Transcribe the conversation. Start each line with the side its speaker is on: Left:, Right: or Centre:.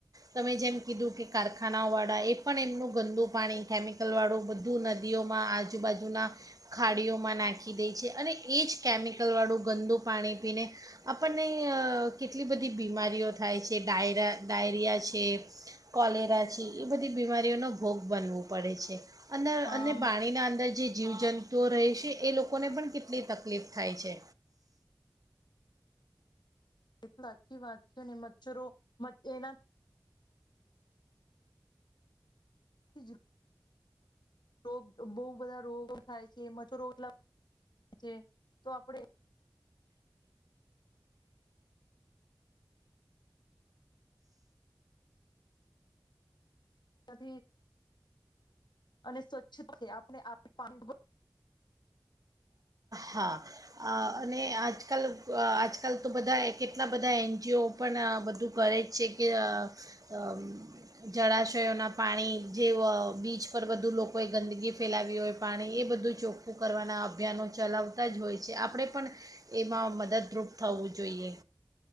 Right: તમે જેમ કીધું કે કારખાનાઓવાળા એ પણ એમનું ગંદુ પાણી કેમિકલવાળું બધું નદીઓમાં, આજુબાજુના ખાડીઓમાં નાખી દે છે. અને એ જ કેમિકલવાળું ગંદુ પાણી ખીને આપણને અહ કેટલી બધી બીમારીઓ થાય છે, ડાયરા ડાયરિયા છે, કોલેરા છે, એ બધી બીમારીઓનો ભોગ બનવું પડે છે. અંદર
Left: હા
Right: અને પાણીના અંદર જે જીવજંતુઓ રહે છે, એ લોકોને પણ કેટલી તકલીફ થાય છે.
Left: એ સાચી વાત છે ને, મચ્છરો મ એના <unintelligible> રોગ બહું બધા રોગો થાય છે. મચ્છરો એટલા છે, તો આપણે નદી અને સ્વચ્છ પાણી <unintelligible>
Right: હા. અહ અને આજકલ અહ આજકલ તો બધા કેટલા બધા એ જેઓ પણ આ બધું કરે જ છે કે અહ અહ જળાશયોના પાણી જે વ બીચ પર બધું લોકોએ ગંદગી ફેલાવી હોય પાણી, એ બધું ચોખ્ખું કરવાના અભિયાનો ચલાવતા જ હોય છે. આપણે પણ એમાં મદદરૂપ થવું જોઈએ.